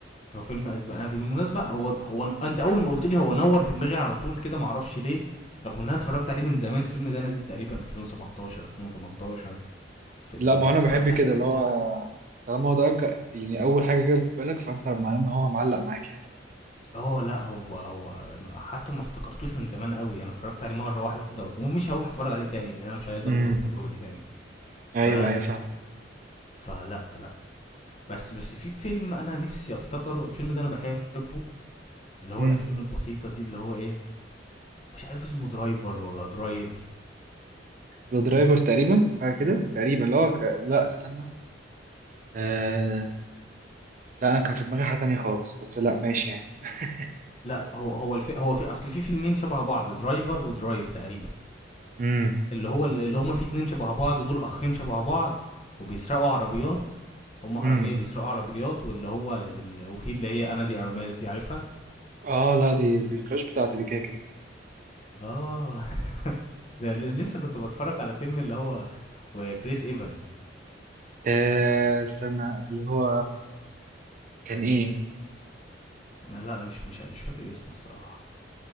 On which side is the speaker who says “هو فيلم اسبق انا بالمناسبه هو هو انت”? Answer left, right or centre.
Left